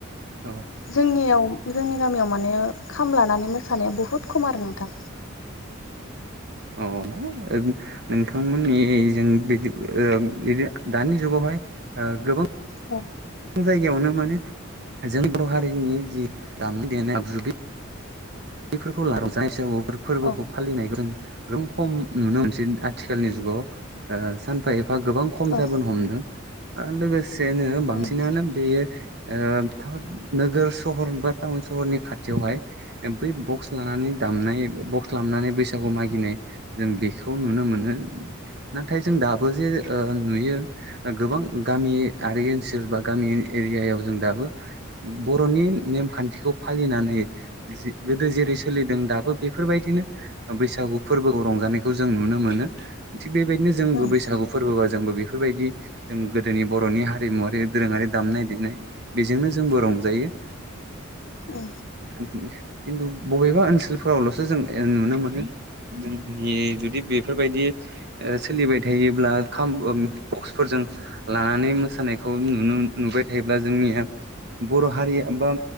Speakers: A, on the right; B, on the left.
A: औ।
B: जोंनियाव जोंनि गामियाव माने खाम लानानै मोसानाया बुहुद खम आरो नोंथां।
A: औ। नोंथांमोननि जों बिदि ओ बिदि दानि जुगावहाय गोबां
B: औ।
A: जायगायावनो माने जोंनि बर' हारिनि जि दामनाय देनायाव जुब बेफोरखौ <unintelligible> हिसाबफोर फोरबोखौ
B: औ
A: फालिनायखौ जों गोम खम नुनो मोनसै। आथिखालनि जुगाव ओ सानफा एफा गोबां खम
B: औ
A: जाबोन हमदों ओ लोगोसेनो बांसिनानो
B: उम
A: बेयो ओ नोगोर सहर बा टाउन सहरनि खाथियावहाय एम बै बक्स लानानै दामनाय बक्स लामनानै बैसागु मागिनाय जों बेखौ नुनो मोनो नाथाय जों दाबो जे ओ नुयो ओ गोबां गामियारि ओनसोल बा गामि एरियायाव जों दाबो बर'नि नेमखान्थिखौ फालिनानै जि-जि गोदो जेरै सोलिदों दाबो बेफोरबायदिनो बैसागु फोरबोखौ रंजानायखौ जों नुनो मोनो। थिग बेबायदिनो जोंबो
B: उम
A: बैसागु फोरबोबा जोंबो बेफोरबायदि जों गोदोनि बर'नि हारिमुवारि दोरोङारि दामनाय देनाय बेजोंनो जोंबो रंजायो।
B: ओ।
A: खिन्थु बबेबा ओनसोलफोरावल'सो जों ए नुनो मोनो। जोंनि जुदि बेफोरबायदि ओ सोलिबाय थायोब्ला खाम अम बक्सफोरजों लानानै मोसानायखौ नुनो नुबाय थायोब्ला जोंनिया बर' हारिया बा